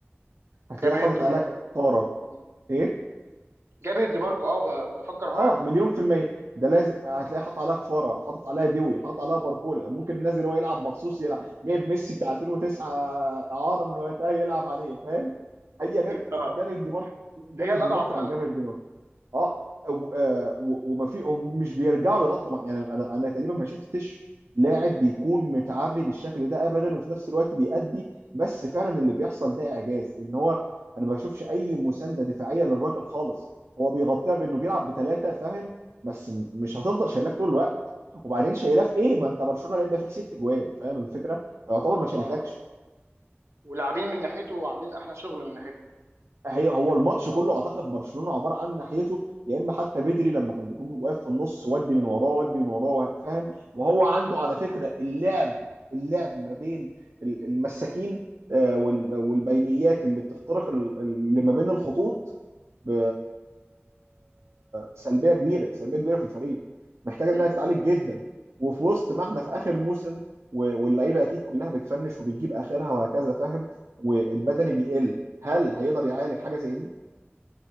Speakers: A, on the right (about 85°); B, on the right (about 75°).
A: هتلاقيه
B: جاب هيد
A: حاطط
B: ماركو
A: عليها كفارة
B: مم.
A: ايه
B: جاب هيد ماركو اه ب... بفكر
A: اه
B: معاك
A: مليون في المية ده لازم هتلاقيه حاطط عليها كفارة حاطط عليها دوي حاطط عليها باركولا ممكن نازل هو يلعب مخصوص يلعب جايب ميسي بتاع 2009 اعارة من وقتها يلعب عليه فاهم هي جاب
B: اه
A: جبهة دي ماركو جبهة
B: هي الاضعف
A: دي ماركو
B: فعلا
A: يعني جبهة دي ماركو اه و- آه، و- وما في مش بيرجعوا يغطوا مع- يعني انا انا تقريبا ما شفتش لاعب بيكون متعري بالشكل ده ابدا وفي نفس الوقت بيأدي بس فعلا اللي بيحصل ده اعجاز ان هو انا ما بشوفش اي مسانده دفاعيه للراجل خالص هو بيغطيها بانه بيلعب بثلاثه فاهم بس م- مش هتفضل شايلاك طول الوقت وبعدين شايلاه في ايه ما انت برشلونه بيبقى فيك ست جوان فاهم الفكره
B: بالظبط
A: فيعتبر ما شالتكش
B: اه ولاعبين من ناحيته وعاملين احلى شغل من ناحيته
A: هي هو الماتش كله اعتقد برشلونه عباره عن ناحيته يا اما حتى بدري لما كان بيكون واقف في النص ودي من وراه ودي من وراه وه- فاهم وهو عنده على فكره اللعب اللعب ما بين ال- المساكين آه، وال- والبينيات اللي بتخترق ال- اللي ما بين الخطوط ب- سلبيه كبيره سلبيه كبيره في الفريق محتاجه
B: مم.
A: انها تتعالج جدا وفي وسط ما احنا في اخر موسم و- واللعيبه اكيد كلها بتفنش وبتجيب اخرها وهكذا فاهم والبدني بيقل هل هيقدر يعالج حاجه زي دي